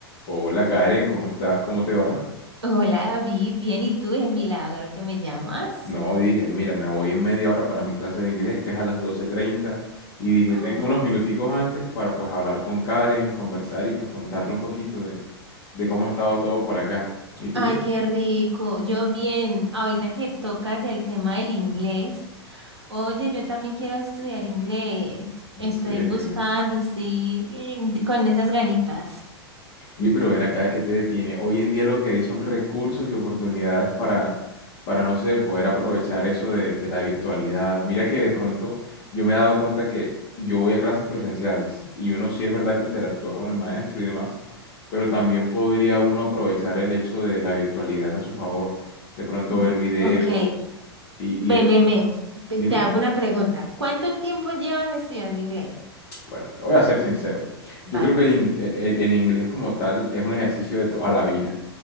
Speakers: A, on the left; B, on the right.
A: Hola Karen, ¿cómo estás? ¿Cómo te va?
B: Hola David, bien, ¿y tú? Es milagro que me llamas.
A: No, dije, mira, me voy en media hora para mi clase de inglés, que es a las doce treinta y dije,
B: Ah,
A: tengo unos minuticos antes para pues hablar con Karen, conversar y pues contarle un poquito de, de cómo ha estado todo por acá. ¿Y tú
B: ay,
A: qué?
B: qué rico. Yo bien, ahorita que tocas el tema del inglés, oye, yo también quiero estudiar inglés.
A: ¿En
B: Estoy
A: serio?
B: buscando, estoy eh, con esas ganitas.
A: Oye, pero ven acá, que te detiene? Hoy en día lo que hay son recursos y oportunidades para, para no sé, poder aprovechar eso de, de la virtualidad. Mira que de pronto yo me he dado cuenta que yo voy a clases presenciales y uno sí es verdad que interactúa con el maestro y demás, pero también podría uno aprovechar el hecho de la virtualidad a su favor. De pronto
B: Mm.
A: ver videos
B: Ok,
A: y,
B: ven,
A: y de-
B: ven, ven. Te
A: dime.
B: te hago una pregunta. ¿Cuánto tiempo llevas estudiando inglés?
A: Bueno, te voy a ser sincero.
B: Vale.
A: Yo creo que el, in- el- el inglés como tal es un ejercicio de toda la vida.